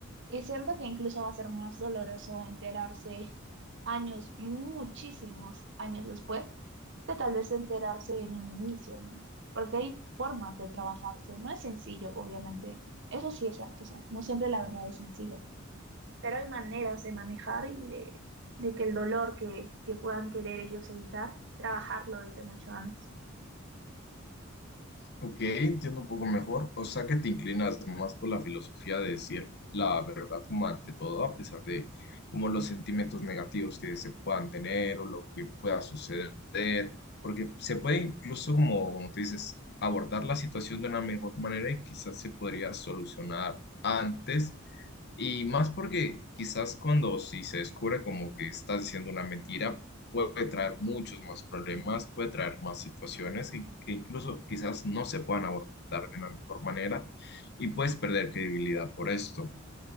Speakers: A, on the right; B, on the left.
A: Y siento que incluso va a ser más doloroso enterarse años, muchísimos años después, que tal vez enterarse en un inicio, ¿no? Porque hay formas de trabajarse, no es sencillo, obviamente. Eso sí es cierto, o sea, no siempre la verdad es sencilla. Pero hay maneras de manejar y de, de que el dolor que, que puedan querer ellos evitar, trabajarlo desde mucho antes.
B: Ok, entiendo un poco mejor. O sea que te inclinas más por la filosofía de decir la verdad como ante todo, a pesar de como los sentimientos negativos que se puedan tener o lo que pueda suceder, porque se puede incluso como, como tú dices, abordar la situación de una mejor manera y quizás se podría solucionar antes. Y más porque quizás cuando si se descubre como que estás diciendo una mentira, puede traer muchos más problemas, puede traer más situaciones que, que incluso quizás no se puedan abordar de una mejor manera y puedes perder credibilidad por esto.